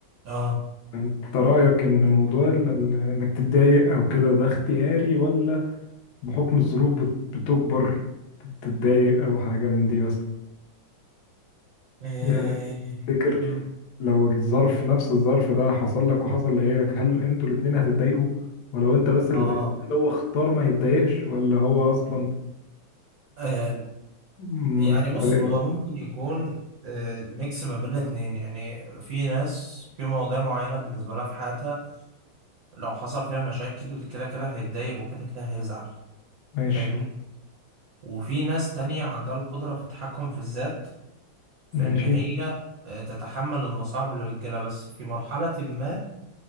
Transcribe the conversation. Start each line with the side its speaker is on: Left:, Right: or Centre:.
Right: اه
Left: انت رأيك ان موضوع ال- ال- انك تتضايق او كده ده اختياري ولا بحكم الظروف بت- بتجبر تتضايق او حاجة من دي مثلا
Right: ايه
Left: يعني تفتكر
Right: مم.
Left: لو الظرف نفس الظرف ده حصل لك وحصل لغيرك هل انتوا الاتنين هتتضايقوا ولو انت بس اللي
Right: اه
Left: اتضايقت هل هو اختار ما يتضايقش ولا هو اصلا
Right: آم،
Left: م-
Right: يعني
Left: مش
Right: بص
Left: فارق
Right: هو
Left: له
Right: ممكن يكون آه، ميكس ما بين الاتنين يعني في ناس في مواضيع معينة بالنسبة لها في حياتها لو حصل فيها مشاكل كده كده هيتضايق وكده كده هيزعل
Left: ماشي
Right: فاهمني وفي ناس تانية عندها القدرة في التحكم في الذات في
Left: ماشي
Right: ان هي آه، تتحمل المصاعب اللي بتجيلها بس في مرحلة ما